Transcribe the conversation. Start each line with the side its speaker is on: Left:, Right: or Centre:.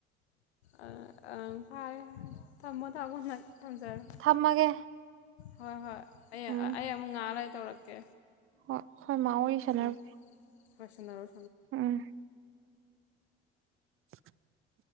Left: ꯑꯥ ꯑꯪ ꯐꯔꯦ ꯊꯝꯃꯣ ꯊꯝꯃꯣ ꯅꯪ ꯊꯝꯖꯔꯣ
Right: ꯊꯝꯃꯒꯦ
Left: ꯍꯣꯏ ꯍꯣꯏ ꯑꯩ
Right: ꯎꯝ
Left: ꯑꯩ ꯑꯃꯨꯛ ꯉꯛꯂꯩ ꯇꯧꯔꯛꯀꯦ꯫
Right: ꯍꯣꯏ ꯈꯣꯏ ꯃꯥ ꯋꯥꯔꯤ ꯁꯥꯟꯅꯔꯨꯒꯦ
Left: ꯎꯝ ꯍꯣꯏ ꯁꯅꯔꯣ
Right: ꯎꯝ <inaudible>